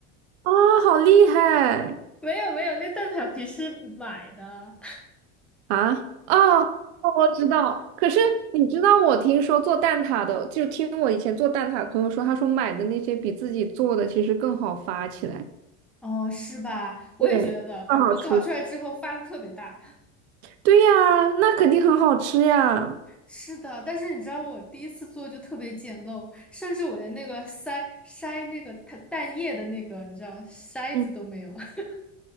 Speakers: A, on the right; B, in the centre.
A: 啊，好厉害！
B: 没有没有，那蛋挞皮是买的。
A: 啊，哦，哦我知道。可是你知道，我听说做蛋挞的，就听我以前做蛋挞的朋友说，他说买的那些比自己做的其实更好发起来。
B: 哦，是吧？我也觉得，
A: 对，更好吃。
B: 我烤出来之后发的特别大。<laughs>
A: 对呀，那肯定很好吃呀，
B: 是的，但是你知道我第一次做就特别简陋，甚至我连那个筛筛那个它蛋液的那个，你知道筛子都没有。
A: 嗯，
B: <laughs>